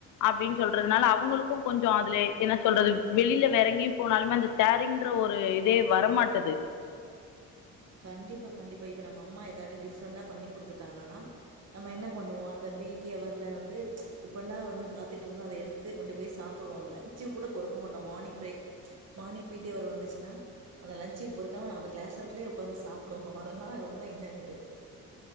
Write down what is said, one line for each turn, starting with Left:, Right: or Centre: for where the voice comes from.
Left: அப்டின்னு சொல்றதுனால அவங்களுக்கு கொஞ்சோ அதுல என்ன சொல்றது வெளியில வேறெங்கயு போனாலுமே அந்த ஷேரிங்ன்ற ஒரு இதே வரமாட்டுது
Right: கண்டிப்பா கண்டிப்பா இப்ப நம்ம அம்மா எதாட்டு டிஃப்ரெண்டா பண்ணி குடுத்துட்டாங்கன்னா நம்ம என்ன பண்ணுவோ அந்த பி டி அவர்ல வந்து எப்பன்டா வருன்னு காத்துட்டு இருந்து அத எடுத்து கொண்டு போய் சாப்புடுவோ அந்த லஞ்ச்க்கு கூட பொறுக் க்க மாட்டோ மானிங் பிரேக் மானிங் பி டி அவர் வந்துச்சுன்னா அந்த லஞ்ச்சுக்கு பொறுக்காம அந்த கிளாஸ் அவர்லே ஒக்காந்து சாப்புடுவோ அதெல்லா ரொம்ப என்ஜாய்மெண்ட்டு